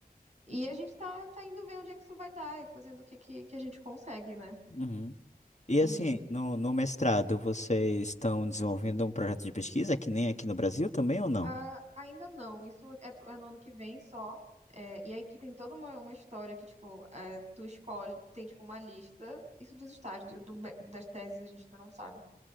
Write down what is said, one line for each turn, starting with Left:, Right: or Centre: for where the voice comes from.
Right: E a gente tá, tá indo ver onde é que isso vai dar e fazendo o que, que, que a gente consegue, né?
Left: Uhum. E
Right: E
Left: assim, no, no mestrado, vocês estão desenvolvendo um projeto de pesquisa que nem aqui no Brasil também ou não?
Right: ah, ainda não, isso é, é no ano que vem só. É, e aí que tem toda uma, uma história que, tipo, é, tu escolhe, tem, tipo, uma lista, isso dos estágios, do- do- das teses a gente ainda não sabe